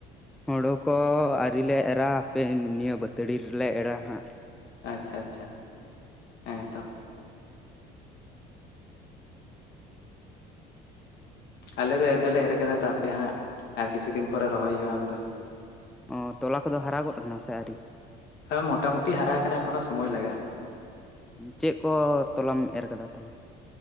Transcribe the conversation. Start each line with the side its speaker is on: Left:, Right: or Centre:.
Centre: ᱦᱳᱲᱳ ᱠᱚ ᱟᱹᱨᱤᱞᱮ ᱮᱨᱟ ᱦᱟᱯᱮ ᱱᱤᱭᱟᱹ ᱵᱟᱹᱛᱟᱹᱲᱤ ᱨᱮᱞᱮ ᱮᱨᱟ ᱦᱟᱸᱜ
Left: ᱟᱪᱪᱷᱟ ᱟᱪᱪᱷᱟ, ᱦᱮᱸ ᱛᱚ ᱟᱞᱮ ᱫᱚ ᱮᱨ ᱫᱚᱞᱮ ᱮᱨ ᱠᱟᱫᱟ ᱛᱚ ᱦᱟᱯᱮ ᱦᱟᱸᱜ ᱟᱨ ᱠᱤᱪᱷᱩ ᱫᱤᱱ ᱯᱚᱨᱮ ᱨᱚᱦᱚᱭ ᱦᱩᱭᱩᱜᱼᱟ <unintelligible>
Centre: ᱚ ᱛᱚᱞᱟ ᱠᱚᱫᱚ ᱦᱟᱨᱟ ᱜᱚᱫ ᱠᱟᱱᱟ ᱥᱮ ᱟᱹᱨᱤ?
Left: ᱦᱚᱭ ᱢᱚᱴᱟᱢᱩᱴᱤ ᱦᱟᱨᱟ ᱟᱠᱟᱱᱟ ᱮᱠᱷᱚᱱᱚ ᱥᱚᱢᱚᱭ ᱞᱟᱜᱟᱜᱼᱟ
Centre: ᱪᱮᱜ ᱠᱚ ᱛᱚᱞᱟᱢ ᱮᱨ ᱠᱟᱫᱟ ᱛᱟᱞᱦᱮ?